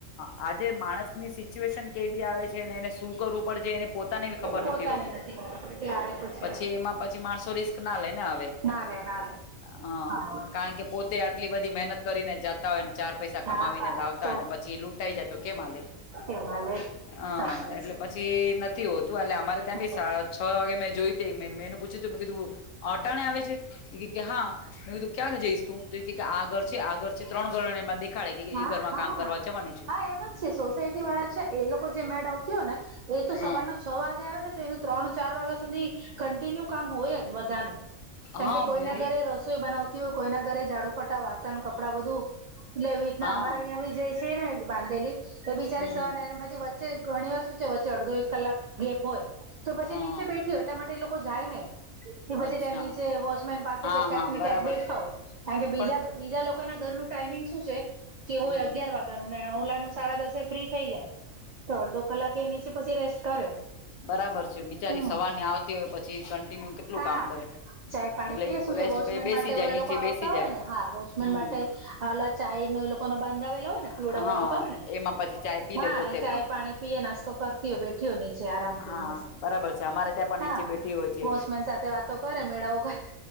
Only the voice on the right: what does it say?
પોતાને
ખબર કે આ એક છે
ના રે ના રે.
હા
હા
તો
હિમાલય
સાચી
વાત
હા
હા
હા એમ જ છે સોસાયટી વાળા છે એ એ લોકો જે મેડ આવતી હોય ને એ તો
સવારના છ વાગે આવે ને તો એનું ત્રણ ચાર વાગ્યા સુધી કન્ટિન્યુ કામ હોય જ બધાનું કેમ
કે કોઈના
ઘરે રસોઈ બનાવતા કોઈના ઘરે ઝાડુ ફટા વાસણ કપડાં બધું લેવી રીતના
અમારા અહીંયા બી જે છે ને બાંધેલી તો બિચારી
સવાર ને એક પછી વચ્ચે ઘણી વાર શું છે વચ્ચે અડધો એક કલાક ગેપ હોય. તો પછી
નીચે બેઠ્યું એટલા માટે એ લોકો જાય નઈ. એ
પછી ત્યાં નીચે વોચમેન પાસે
ક્યાંક
ને
ક્યાંક બેઠા
હોય કારણ કે બીજા
બીજા લોકોના ઘર નુ ટાઈમિંગ શું છે કે
હોય અગયાર વાગ્યા ન ને ઓલા સાડા દસે ફ્રી થઈ જાય તો અડધો કલાકે એ નીચ પછી રેસ્ટ કરે
હમ
હા
ચાય પાણી
પીએ
શું
છે વોચમેન
માટે
ઓલા
લોકો આવતા
હોય ને હા વોચમેન
માટે ઓલા ચાય લોકો બાંધાવલો હોય ને પીવડા
વાવ તો હોય ને
હા
ચાય
પાણી પીય નાસ્તો કરતી હોય બેઠી હો નીચે આરામથી
મસ્ત
હા.
વોચમેન સાથે વાતો કરે મેળાઓ કરે.